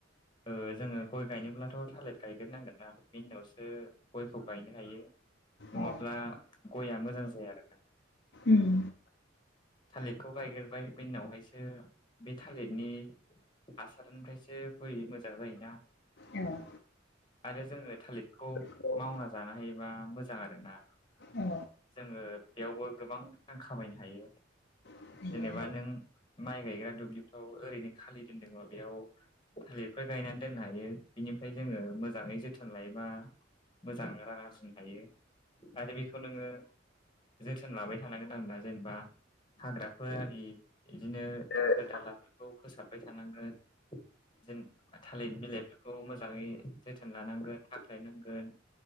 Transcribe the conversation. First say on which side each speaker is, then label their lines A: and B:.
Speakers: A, on the left (about 25°); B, on the left (about 60°).
A: ओ जोङो गय गायनोब्लाथ' थालिर गायग्रोनांगोनना बिनि उनावसो गयखौ गायनो हायो नङाब्ला
B: औ
A: गया मोजां जाया आरोना
B: ओम
A: थालिदखौ गायग्रोबाय बेनि उनावहायसो बे थालिदनि हासारनिफ्रायसो गय मोजां जायोना
B: औ
A: आरो जोङो थालिदखौ
B: जों
A: मावना जानो हायोबा मोजां आरोना
B: औ
A: जोङो बेयावबो गोबां रां खामायनो हायो जेनेबा
B: हायो हायो
A: नों माइ गायग्रा दुब्लिफ्राव ओरैनो खालि दोनदोंबा बेयाव थालिरफोर गायनानै दोननो हायो बिनिफ्राय जोङो मोजाङै जोथोन थोन लायोबा मोजांनो रां आरजिनो हायो आरो बेखौ नोङो जोथोन लाबाय थानांगोन आरोना जेनेबा हाग्राफोर आरि इदिनो
B: बिमा
A: दाखोर-दालाफोरखौ फोसाबबाय थानांगोन जों थालिद बिलाइफोरखौ मोजाङै जोथोन लानांगोन हाख्लायनांगोन